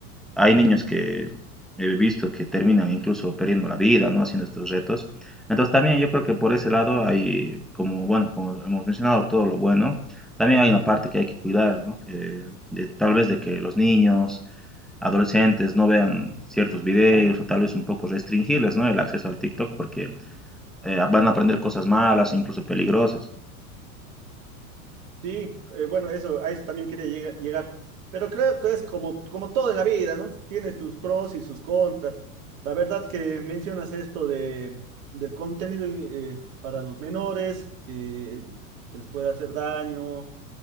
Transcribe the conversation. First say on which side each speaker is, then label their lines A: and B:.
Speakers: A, in the centre; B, on the right.
A: hay niños que he visto que terminan incluso perdiendo la vida, ¿no? Haciendo estos retos. Entonces también yo creo que por ese lado hay, como, bueno, como hemos mencionado, todo lo bueno. También hay una parte que hay que cuidar, ¿no? Eh, de- tal vez de que los niños, adolescentes no vean ciertos videos o tal vez un poco restringirles, ¿no? El acceso al TikTok porque eh, van a aprender cosas malas, incluso peligrosas.
B: Sí, eh, bueno, eso, a eso también quería llega- llegar. Pero creo que es como, como todo en la vida, ¿no? Tienes tus pros y sus contras. La verdad que mencionas esto de, del contenido eh, para los menores, eh, que les puede hacer daño,